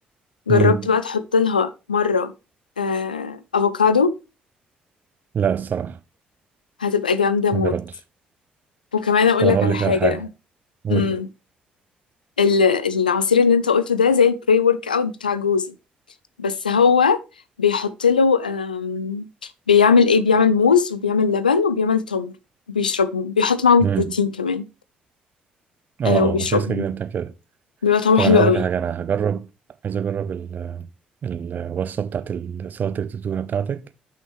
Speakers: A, on the left; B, on the right.
A: جربت
B: امم
A: بقى تحط لها مرة آه افوكادو
B: لا الصراحه
A: هتبقى جامدة موت
B: ما جربتش
A: وكمان اقول
B: طب انا
A: لك
B: هقول
A: على
B: لك
A: حاجة
B: على حاجه قولي
A: امم ال- العصير اللي انت قلته ده زي البري ورك اوت بتاع جوزي بس هو بيحط له أم، بيعمل ايه بيعمل موز وبيعمل لبن وبيعمل تمر بيشربهم بيحط معاهم البروتين
B: امم
A: كمان
B: اه
A: آه وبيشربهم
B: اه ما في ناس كده بتعمل كده
A: بيبقى طعمه
B: طب
A: حلو
B: انا هقول
A: قوي
B: لك على حاجه انا هجرب عايز اجرب ال الوصفه بتاعت ال- سلطه التونه بتاعتك